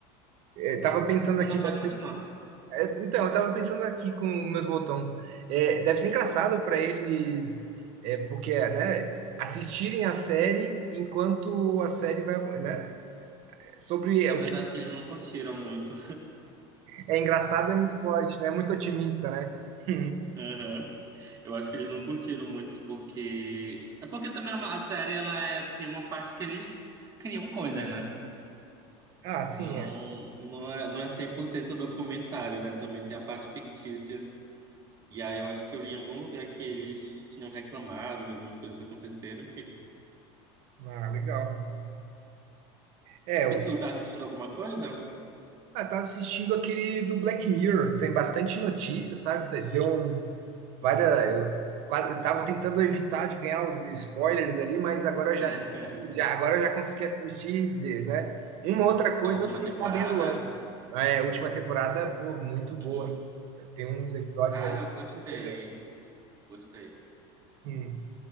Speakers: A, on the right (about 45°); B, on the right (about 25°).
A: é, tava pensando
B: não
A: aqui, deve
B: pode
A: ser-
B: continuar.
A: é, então, eu tava pensando aqui com o meu botão. É, deve ser engraçado para eles, é, porque, né, assistirem a série enquanto a série vai, né? Sobre
B: É,
A: o
B: mas
A: que
B: eu acho que eles não curtiram muito.
A: é engraçado é muito forte, né? É muito otimista, né? <laughs>
B: Aham. Eu acho que eles não curtiram muito porque. É porque também a ma- a série ela é... tem uma parte que eles criam coisas, né?
A: Ah, sim,
B: Não,
A: é.
B: não é, não é 100% documentário, né? Também tem a parte fictícia. E aí eu acho que eu li em algum lugar que eles tinham reclamado de algumas coisas que aconteceram, enfim.
A: Ah, legal. É, eu
B: E tu tá assistindo alguma coisa?
A: ah, tava assistindo aquele do Black Mirror, tem bastante notícia, sabe? Deu um, várias. Eu quase tava tentando evitar de ganhar os spoilers ali, mas agora eu
B: <laughs>
A: já assisti, já, agora eu já consegui assistir, de- né? Uma outra coisa
B: A última
A: eu fiquei
B: temporada?
A: sabendo antes. É, a última temporada, pô, muito boa,
B: Uhum.
A: hein? Eu tenho uns episódios
B: Cara,
A: ali. você
B: eu gostei.
A: Entendeu?
B: Gostei.
A: Hum.